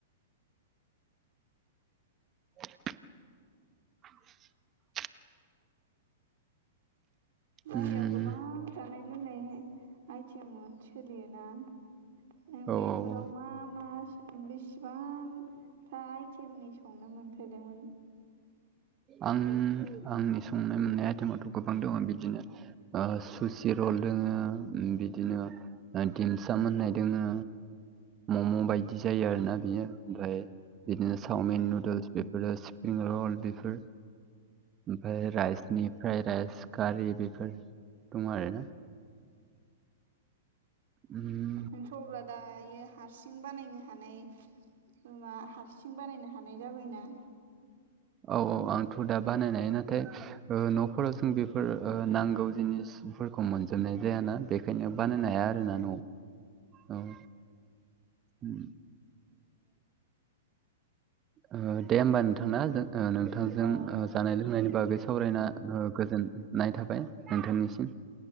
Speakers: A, on the right (about 30°); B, on the right (about 65°).
A: <inaudible>
B: बाहेराव
A: उम
B: गोबां जानाय लोंनायहाय आइटेम मोन सोलियोना नों
A: औ
B: बेफोरावहा
A: औ औ
B: मा बेस सेबांथा आइटेमनि संनो मोनफेरदोंमोन?
A: आं आंनि संनाय मोननाय आयथेमाथ' गोबां दङ बिदिनो ओ सुसि रल दोङो उम बिदिनो ओ दिमसाम होननाय दोङो। मम' बायदि जायो आरोना बेयो ओमफ्राय बिदिनो चावमिन नुदोल्स बेफोरो सिफ्रिं रल बेफ फोर ओमफाय रायसनिफ्राय रायस खारि बेफोर दं आरो ना? उम।
B: नोंथ' अब्ला दायो हारसिं बानायनो हानाय मा हारसिं बानायनो हान नाय जाबायना।
A: औ औ आंथ' दा बानायनाय नाथाय ओ न'फोराव जों बेफोर ओ नांगौ जिनिसफोरखौ मोनजोबनाय जायाना। बेख खायनो बानायनो
B: औ
A: हाया आरो ना न'आव औ। उम ओ दे होमबा नोंथां ना जों ओ नों थांजों
B: औ
A: ओ जानाय लोंनायनि बागै सावरायना ओ गोजोननाय थाबाय नोंथांनिसिम।